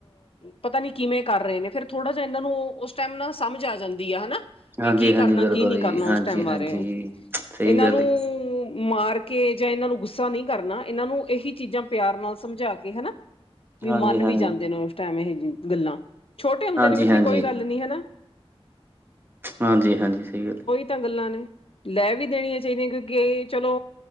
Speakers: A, on the left (about 65°); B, on the right (about 20°).
A: ਪਤਾ ਨੀ ਕਿਵੇਂ ਕਰ ਰਹੇ ਨੇ, ਫੇਰ ਥੋੜਾ ਜਿਹਾ ਇਹਨਾਂ ਨੂੰ ਉਸ ਟਾਈਮ ਨਾਲ ਸਮਝ ਆ ਜਾਂਦੀ ਆ ਹਨਾ।
B: ਹਾਂਜੀ
A: ਵੀ ਕੀ
B: ਹਾਂਜੀ
A: ਕਰਨਾ
B: ਬਿਲਕੁਲ
A: ਕੀ ਨਹੀਂ
B: ਜੀ
A: ਕਰਨਾ
B: ਹਾਂਜੀ
A: ਉਸ ਟੈਮ ਬਾਰੇ,
B: ਹਾਂਜੀ ਸਹੀ
A: ਇਹਨਾਂ
B: ਗੱਲ
A: ਨੂੰ
B: ਹੈ
A: ਮਾਰ ਕੇ ਜਾਂ ਇਹਨੂੰ ਗੁੱਸਾ ਨਹੀਂ ਕਰਨਾ, ਇਹਨਾਂ ਨੂੰ ਇਹੀ ਚੀਜ਼ਾਂ ਪਿਆਰ ਨਾਲ ਸਮਝਾ ਕੇ ਹਨਾ ਵੀ
B: ਹਾਂਜੀ
A: ਮੰਨ
B: ਹਾਂਜੀ
A: ਵੀ ਜਾਂਦੇ ਨੇ ਉਸ ਟੈਮ ਇਹ ਗੱਲਾਂ, ਛੋਟੇ ਹੁੰਦੇ
B: ਹਾਂਜੀ
A: ਨੇ ਵੀਰ ਜੀ
B: ਹਾਂਜੀ
A: ਕੋਈ ਗੱਲ ਨੀ ਹਨਾ।
B: ਹਾਂਜੀ- ਹਾਂਜੀ ਸਹੀ ਗੱਲ।
A: ਇਹ ਗੱਲਾਂ ਨੇ, ਲੈ ਵੀ ਦੇਣੀਆਂ ਚਾਹੀਦੀਆਂ, ਕਿਉਂਕਿ ਏ ਚਲੋ